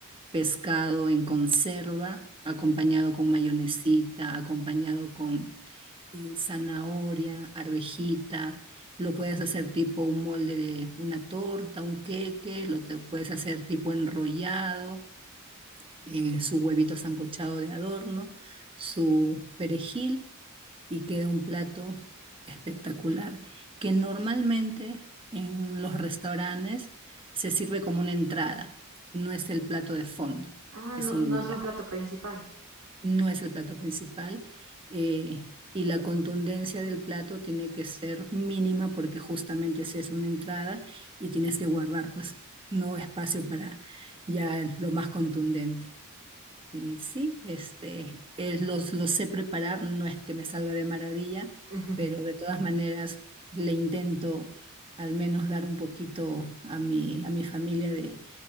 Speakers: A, on the right; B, on the right.
A: pescado en conserva, acompañado con mayonesita, acompañado con eh, zanahoria, arvejita, lo puedes hacer tipo un molde de una torta, un queque, lo te- puedes hacer tipo enrollado, eh, su huevito sancochado de adorno, su perejil y queda un plato espectacular que normalmente en los restaurantes se sirve como una entrada, no es el plato de fondo,
B: Ah,
A: es
B: no,
A: una
B: no
A: entrada
B: es un plato principal.
A: no es el plato principal eh, y la contundencia del plato tiene que ser mínima porque justamente si es una entrada y tienes que guardar pues no espacio para ya lo más contundente. Y sí, este, eh, los, los sé preparar, no es que me salga de maravilla,
B: <laughs>
A: pero de todas maneras le intento al menos dar un poquito a mi, a mi familia de,